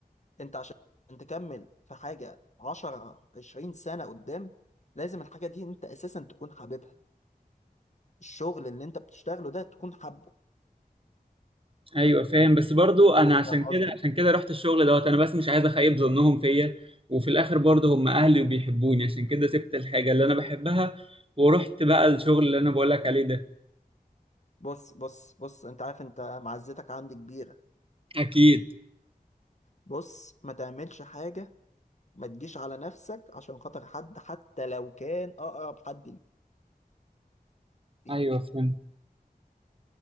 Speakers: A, on the left; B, on the right.
A: انت عشان تكمل في حاجة عشرة عشرين سنة قدام لازم الحاجة دي انت اساسا تكون حاببها الشغل اللي انت بتشتغله ده تكون حابه
B: ايوه فاهم بس برضو انا عشان
A: فاهم قصدي؟
B: كده عشان كده رحت الشغل دوت انا بس مش عايز اخيب ظنهم فيا وفي الاخر برضو هم اهلي وبيحبوني عشان كده سبت الحاجه اللي انا بحبها ورحت بقى الشغل اللي انا بقولك عليه ده
A: بص بص بص انت عارف انت معزتك عندي كبيرة
B: اكيد
A: بص ما تعملش حاجة ما تجيش على نفسك عشان خاطر حد حتى لو كان اقرب حد ليك
B: ايوه فهمت